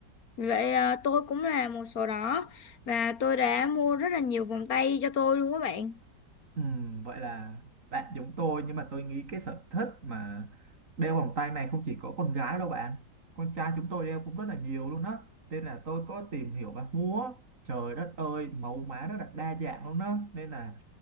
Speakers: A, on the left (about 55°); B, on the right (about 50°).
A: Vậy ờ, tôi cũng là một số đó và tôi đã mua rất là nhiều vòng tay cho tôi luôn các bạn.
B: Ừm, vậy là bạn giống tôi nhưng mà tôi nghĩ cái sở thích mà đeo vòng tay này không chỉ có con gái đâu bạn, con trai chúng tôi đeo cũng rất là nhiều luôn á, nên là tôi có tìm hiểu và mua. Trời đất ơi, mẫu mã rất là đa dạng luôn á, nên là